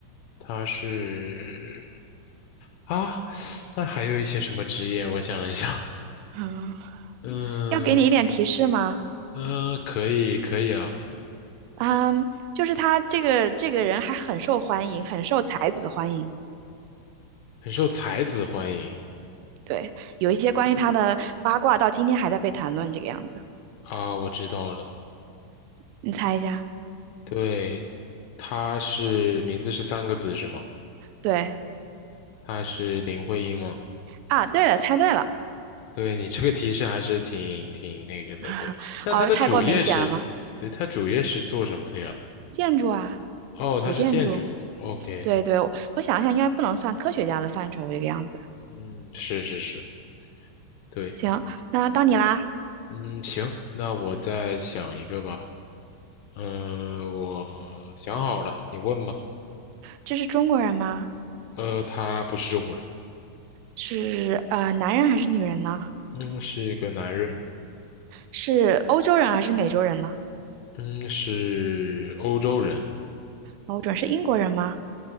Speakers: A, on the left; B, on the right.
A: 他是啊，那还有一些什么职业？我想一想。
B: 嗯，
A: 嗯
B: 要给你一点提示吗？
A: 嗯，可以可以啊，
B: 嗯，就是他这个这个人还很受欢迎，很受才子欢迎。
A: 很受才子欢迎
B: 对，有一些关于他的八卦到今天还在被谈论，这个样子，
A: 啊，我知道了，
B: 你猜一下？
A: 对，他是名字是三个字是吗？
B: 对
A: 他是林徽因吗？
B: 啊，对了，猜对了，
A: 对你这个提示还是挺挺那个的，
B: <laughs>
A: 对。那他的主业是，
B: 哦，太过明显了吗？
A: 对，他主业是做什么的呀？
B: 建筑啊，
A: 哦，
B: 古建筑，
A: 他是建筑，OK，
B: 对对，我我想一下，应该不能算科学家的范畴，这个样子。
A: 嗯，是是是，对，
B: 行，那到你啦，
A: 嗯，行，那我再想一个吧，嗯、我想好了，你问吧。
B: 这是中国人吗？
A: 呃，他不是中国人。
B: 是呃，男人还是女人呢？
A: 嗯，是一个男人，
B: 是欧洲人还是美洲人呢？
A: 嗯，是欧洲人，
B: 欧洲人是英国人吗？